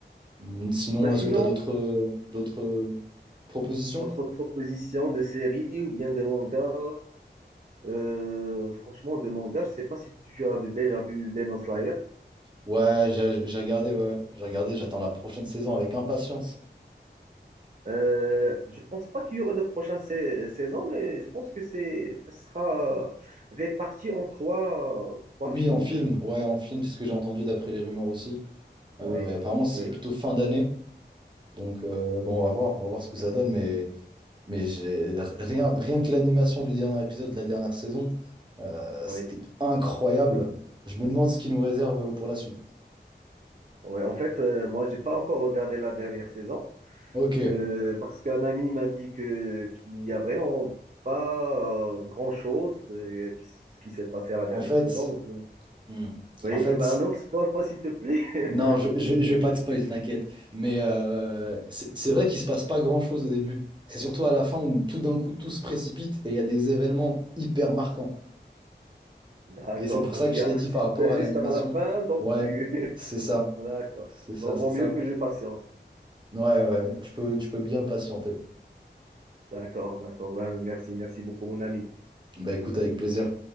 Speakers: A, on the right; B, on the right.
A: Mm, Sinon,
B: Bah, sinon,
A: est-ce que tu as d'autres euh, d'autres euh, propositions?
B: votre proposition de série ou bien de manga, euh, franchement, de manga, je sais pas si tu as déjà vu Demon Slayer.
A: Ouais, j'ai j'ai regardé, ouais, ouais, j'ai regardé, j'attends la prochaine saison avec impatience.
B: Euh, je pense pas qu'il y aura de prochaines sais- saisons, mais je pense que c'est que ce sera euh, réparti en trois, euh, trois
A: Oui,
B: films.
A: en film, ouais, en film, c'est ce que j'ai entendu d'après les rumeurs aussi.
B: Oui,
A: Euh, et apparemment, ce
B: oui,
A: serait plutôt fin d'année. Donc, euh, bon, on va voir, on va voir ce que ça donne, mais, mais j'ai rien, rien que l'animation du dernier épisode de la dernière saison, euh,
B: oui.
A: c'était incroyable. Je me demande ce qu'ils nous réserve pour la suite.
B: Ouais. En fait, euh, moi, j'ai pas encore regardé la dernière saison
A: Ok,
B: euh, parce qu'un ami m'a dit que qu'il y a vraiment pas euh, grand-chose euh, qui, s- qui s'est passé à la dernière
A: en fait,
B: saison. Donc, euh,
A: hmm,
B: oui,
A: en fait.
B: bah, un autre spoil, pas s'il te plaît. <laughs>
A: Non, je, je, je vais pas te spoil, t'inquiète. Mais euh, c'est c'est vrai qu'il se passe pas grand-chose au début. C'est surtout à la fin où tout d'un coup tout se précipite et il y a des événements hyper marquants.
B: D'accord.
A: Et c'est pour
B: Donc,
A: ça que
B: il
A: je
B: y a
A: t'ai dit
B: un suspect
A: par rapport à
B: juste
A: l'animation,
B: à la fin, donc
A: ouais,
B: tu.
A: c'est
B: <laughs>
A: ça,
B: D'accord.
A: c'est ça,
B: Bon, vaut
A: c'est ça.
B: mieux que je patiente.
A: Ouais, ouais, tu peux, tu peux bien patienter.
B: D'accord, d'accord. Ben, merci, merci beaucoup, mon ami.
A: Bah écoute, avec plaisir.